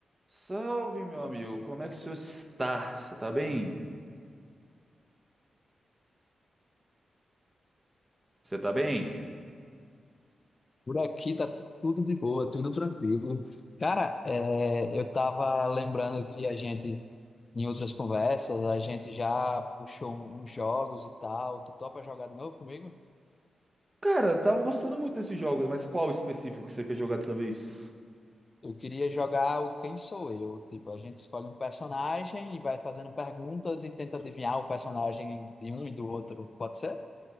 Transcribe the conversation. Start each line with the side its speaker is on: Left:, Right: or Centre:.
Right: Salve, meu amigo. Como é que o senhor está? Você tá bem? Você tá bem?
Left: Por aqui tá tu- tudo de boa, tudo tranquilo. Cara, é, eu tava lembrando que a gente, em outras conversas, a gente já puxou um- uns jogos e tal. Tu topa jogar de novo comigo?
Right: Cara, eu tava gostando muito desses jogos, mas qual específico que você quer jogar dessa vez?
Left: Eu queria jogar o Quem Sou Eu. Tipo, a gente escolhe um personagem e vai fazendo perguntas e tenta adivinhar o personagem de um e do outro. Pode ser?